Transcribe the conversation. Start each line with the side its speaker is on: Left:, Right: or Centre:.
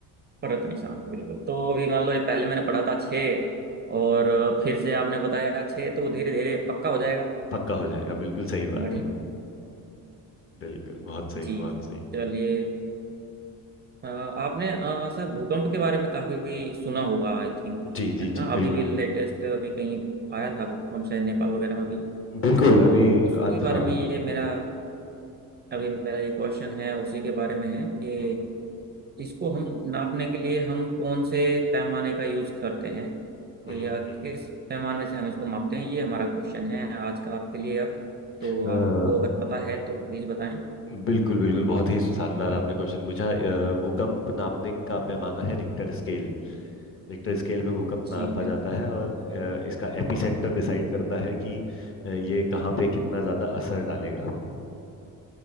Right: परत निशान बिल्कुल तो अभी मान लो ये पहले मैंने पढ़ा था छः और फिर से आपने बताया छः तो धीरे धीरे पक्का हो जाएगा
Left: पक्का हो जाएगा बिल्कुल सही बात
Right: बढ़िया
Left: है बिल्कुल बहुत सही
Right: जी
Left: बहुत सही
Right: चलिए अ, आपने अ, सर भूकंप के बारे में काफी सुना होगा आई थिंक
Left: जी, जी,
Right: है ना
Left: जी,
Right: अभी
Left: बिल्कुल।
Right: भी लेटेस्ट अभी कहीं आया था भूकंप शायद नेपाल वगैरह में भी
Left: बिल्कुल,
Right: तो
Left: अभी
Right: उसके
Left: आप
Right: बारे
Left: हाँ।
Right: में ये मेरा
Left: हुँ,
Right: अभी मेरा ये क्वेश्चन है उसी के बारे में है कि
Left: हुँ,
Right: इसको हम नापने के लिए हम कौन से पैमाने का यूज करते हैं
Left: हुँ, हुँ,
Right: या किस
Left: हुँ, हुँ।
Right: पैमाने से हम इसको मापते हैं ये हमारा क्वेश्चन है आज का आपके लिए अब तो
Left: अ,
Right: आपको अगर पता है तो प्लीज बताएं
Left: बिल्कुल, बिल्कुल, बहुत ही शानदार आपने क्वेश्चन पूछा। अ, भूकंप नापने का पैमाना है रिक्टर स्केल। रिक्टर स्केल में भूकंप नापा
Right: जी बिल्कुल
Left: जाता है और अ, इसका एपिसेंटर डिसाइड करता है कि अ, ये कहाँ पे कितना ज़्यादा असर डालेगा।